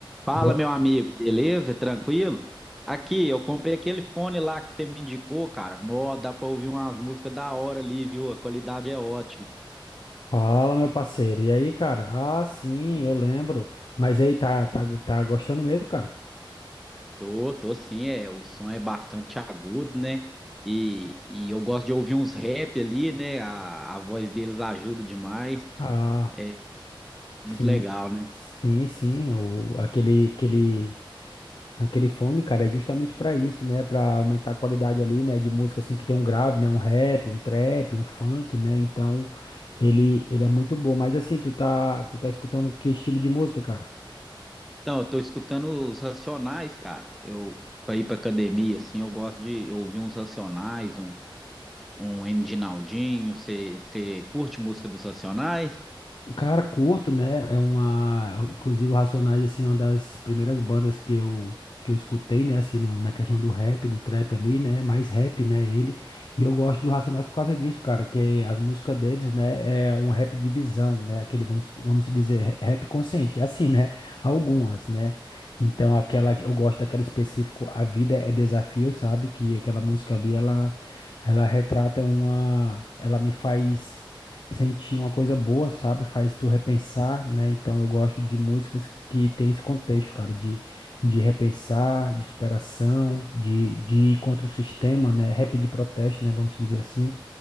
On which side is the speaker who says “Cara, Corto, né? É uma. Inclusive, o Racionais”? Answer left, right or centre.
Left